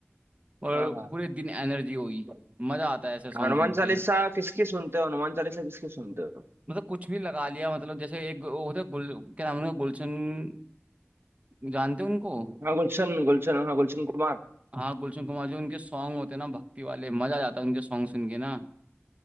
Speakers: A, on the right (about 30°); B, on the right (about 60°).
A: और
B: हाँ हाँ
A: पूरे दिन एनर्जी हुई मजा आता है ऐसे सॉन्ग
B: हनुमान
A: सुन
B: चालीसा
A: के
B: किसकी सुनते हो हनुमान चालीसा किसकी सुनते हो
A: मतलब कुछ भी लगा लिया मतलब जैसे एक वो होता है गुल क्या नाम है उनका? गुलशन जानते हो उनको
B: हाँ गुलशन गुलशन हाँ गुलशन कुमार
A: हाँ गुलशन कुमार जो उनके सॉन्ग होते हैं ना भक्ति वाले मजा आ जाता है उनके सॉन्ग सुन के ना